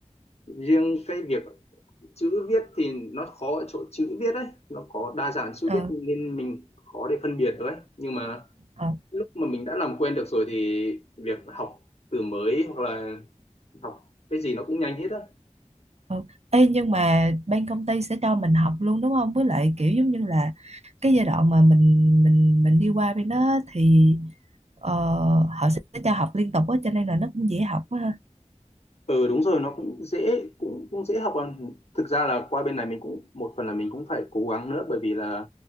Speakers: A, on the left (about 55°); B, on the right (about 60°).
A: riêng cái việc chữ viết thì nó khó ở chỗ chữ viết ấy nó có đa dạng chữ
B: ờ
A: viết nên mình khó để phân biệt được ấy nhưng mà
B: ờ
A: lúc mà mình đã làm quen được rồi thì việc học từ mới hoặc là học cái gì nó cũng nhanh hết á
B: ờ Ê, nhưng mà bên công ty sẽ cho mình học luôn đúng không với lại kiểu giống như là cái giai đoạn mà mình mình mình đi qua bên đó thì ờ, họ sẽ cho học liên tục á cho nên là nó cũng dễ học quá ha
A: ừ đúng rồi nó cũng dễ cũng cũng dễ học à. thực ra là qua bên này mình cũng một phần là mình cũng phải cố gắng nữa bởi vì là